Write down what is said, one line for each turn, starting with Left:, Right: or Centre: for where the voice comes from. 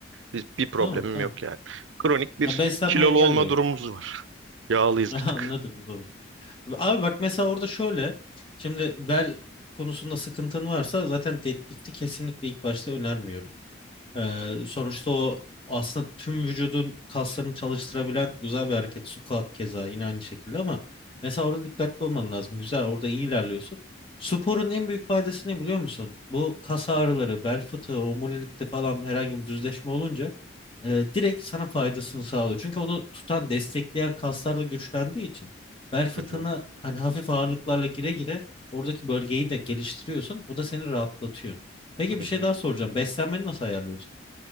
Right: Bir, bir problemim
Left: tamam tamam.
Right: yok yani. Kronik bir
Left: Ya beslenme
Right: kilolu
Left: engel
Right: olma
Left: de yok.
Right: durumumuz var. Yağlıyız
Left: <laughs>
Right: bir tık.
Left: Anladım, anladım. Abi bak mesela orada şöyle. Şimdi bel konusunda sıkıntın varsa zaten deadlift'i kesinlikle ilk başta önermiyorum. Ee, sonuçta o aslında tüm vücudun kaslarını çalıştırabilen güzel bir hareket. Squat keza yine aynı şekilde ama mesela orada dikkatli olman lazım. Güzel orada iyi ilerliyorsun. Sporun en büyük faydası ne biliyor musun? Bu kas ağrıları, bel fıtığı, omurilikte falan herhangi bir düzleşme olunca e, direkt sana faydasını sağlıyor. Çünkü onu tutan, destekleyen kaslar da güçlendiği için bel fıtığına
Right: Hı hı,
Left: hani hafif ağırlıklarla gire gire oradaki bölgeyi de geliştiriyorsun. O da seni rahatlatıyor. Peki
Right: hı
Left: bir
Right: hı.
Left: şey daha soracağım. Beslenmeni nasıl ayarlıyorsun?